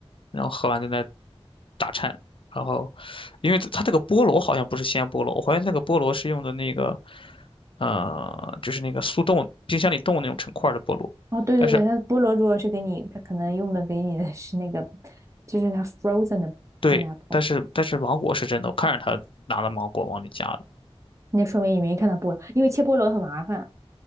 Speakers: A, on the left; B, on the right.
A: 然后喝完在那打颤，然后因为它这个菠萝好像不是鲜菠萝，我怀疑那个菠萝是用的那个，呃，就是那个速冻冰箱里冻那种成块儿的菠萝，
B: 哦，对对对，
A: 但是
B: 它菠萝如果是给你，它可能用的给你的是那个，就是它 frozen 的
A: 对，
B: pineapple。
A: 但是但是芒果是真的，我看着他拿了芒果往里加的。
B: 那说明你没看到菠萝，因为切菠萝很麻烦，